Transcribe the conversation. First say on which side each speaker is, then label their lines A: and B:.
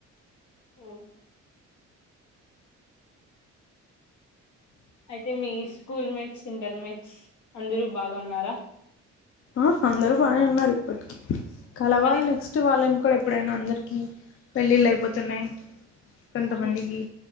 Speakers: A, on the left; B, on the left.
A: ఆఓ అయితే మీ స్కూల్ మేట్స్ ఇంటర్మేట్స్ అందరూ బాగాన్నారా
B: ఆ అందరుూ బానే ఉన్నారు ఇప్పటికి కలవాలి
A: మరి
B: నెక్స్ట్ వాళ్ళని కూడా ఎప్పుడైనా అందరికీ పెళ్ళిళ్ళు అయిపోతున్నాయి కొంతమందికి
A: అవును